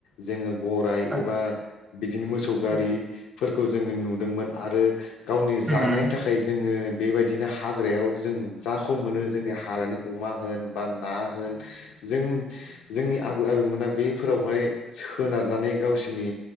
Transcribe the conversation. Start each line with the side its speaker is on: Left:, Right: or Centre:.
Left: जोङो गराय
Right: औ
Left: एबा बिदिनो मोसौ गारिफोरखौ
Right: नंगौ
Left: जोङो नु दोंमोन आरो गावनि
Right: उम
Left: जानायनि थाखाय जोङो बेबायदिनो हा ग्रायाव जों जाखौ मोनो जोंनि हाग्रानि अमा होन बा ना होन जों जोंनि आबै आबौमोना बेफोरावहाय सोनारनानै गावसोरनि